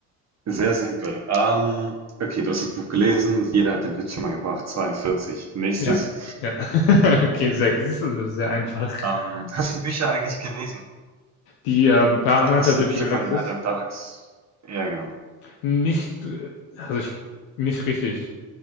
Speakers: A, on the right; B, on the left.
A: Sehr simpel. Ähm, okay, du hast das Buch gelesen. Jeder hat den Witz schon mal gebracht. 42. Nächstes.
B: Ja. Ja. <laughs> Okay, sehr, siehst du, sehr einfach.
A: Ähm, hast du die Bücher eigentlich gelesen?
B: Die ähm, Per Anhalter
A: Hast
B: durch
A: du die Bücher
B: die Galaxis?
A: von Adam Dulles? Ja, genau.
B: Nicht, äh, also ich, nicht richtig.